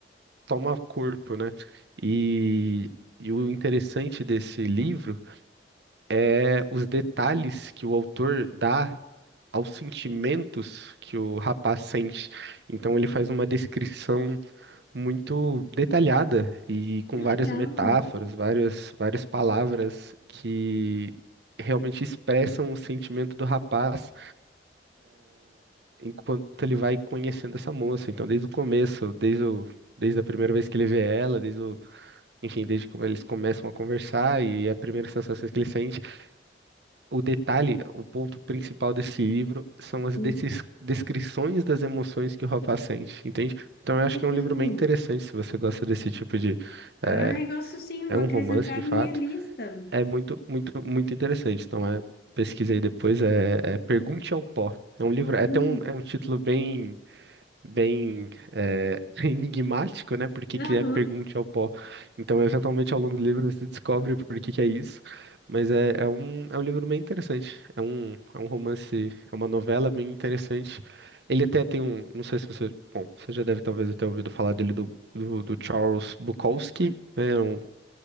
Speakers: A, on the right; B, on the left.
A: toma corpo, né? E E o interessante desse livro é os detalhes que o autor dá aos sentimentos que o rapaz sente. Então ele faz uma descrição muito detalhada e com
B: Que legal.
A: várias metáforas, várias, várias palavras que realmente expressam o sentimento do rapaz enquanto ele vai conhecendo essa moça. Então, desde o começo, desde o, desde a primeira vez que ele vê ela, desde o, enfim, desde como eles começam a conversar e a primeira sensação que ele sente, o detalhe, o ponto principal desse livro são as
B: Uhum.
A: desses, descrições das emoções que o rapaz sente, entende? Então,
B: Que
A: eu acho
B: legal.
A: que é um livro bem interessante se você gosta desse tipo de
B: Ai,
A: eh,
B: gosto sim,
A: é
B: vou
A: um
B: acrescentar
A: romance de
B: a
A: fato,
B: minha lista.
A: é muito, muito, muito interessante. Então é, pesquisa aí depois, é, é Pergunte ao Pó. É um livro, é até
B: Hum.
A: um, é um título bem, bem é, <laughs> enigmático, né? Por que que
B: Aham.
A: é Pergunte ao Pó? Então, eventualmente, ao longo do livro, você descobre por que que é isso. Mas é, é um, é um livro bem interessante. É um, é um romance, é uma novela bem interessante. Ele até tem um, não sei se você, bom, você já deve talvez ter ouvido falar dele do, do, do Charles Bukowski, né? É um